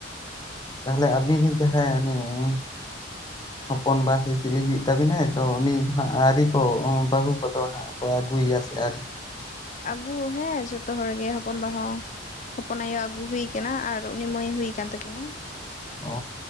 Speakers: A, on the left (about 20°); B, on the left (about 40°).
A: ᱛᱟᱦᱚᱞᱮ ᱟᱹᱵᱤᱱ ᱡᱟᱦᱟᱸᱭ <inaudible> ᱦᱚᱯᱚᱱ ᱵᱟ ᱥᱮ ᱪᱤᱞᱤ ᱦᱩᱭᱩᱜ ᱛᱟᱵᱤᱱᱟᱭ ᱛᱚ ᱩᱱᱤ ᱦᱟᱸᱜ ᱟᱹᱣᱨᱤ ᱠᱚ ᱵᱟᱹᱦᱩ ᱠᱚᱫᱚ ᱦᱟᱸᱜ ᱠᱚ ᱟᱹᱜᱩᱭᱭᱟ ᱥᱮ ᱟᱹᱣᱨᱤ
B: ᱟᱹᱜᱩ ᱦᱮᱸ ᱡᱚᱛᱚ ᱦᱚᱲ ᱜᱮ ᱦᱚᱯᱚᱱ ᱵᱟ ᱦᱚᱸ ᱦᱚᱯᱚᱱ ᱟᱭᱳ ᱟᱹᱜᱩ ᱦᱩᱭ ᱦᱩᱭ ᱠᱟᱱᱟ ᱟᱨ ᱩᱱᱤ ᱢᱟᱹᱭ ᱦᱩᱭ ᱠᱟᱱ ᱛᱟᱹᱠᱤᱱᱟᱹᱭ ᱾
A: ᱚᱻ